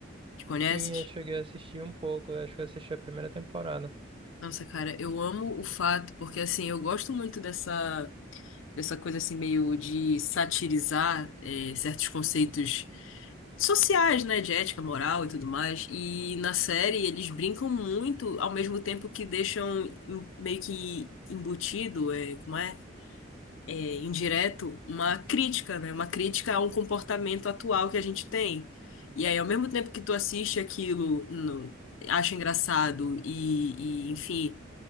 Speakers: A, on the left; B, on the right.
A: Te conheces?
B: Sim, eu cheguei a assistir um pouco, acho que eu assisti a primeira temporada.
A: Nossa, cara, eu amo o fato, porque assim, eu gosto muito dessa. essa coisa assim meio de satirizar eh, certos conceitos sociais, né, de ética, moral e tudo mais. E na série eles brincam muito, ao mesmo tempo que deixam em- meio que embutido, é, como é? É, indireto, uma crítica, né? Uma crítica a um comportamento atual que a gente tem. E aí, ao mesmo tempo que tu assiste aquilo, no- acha engraçado e, e, enfim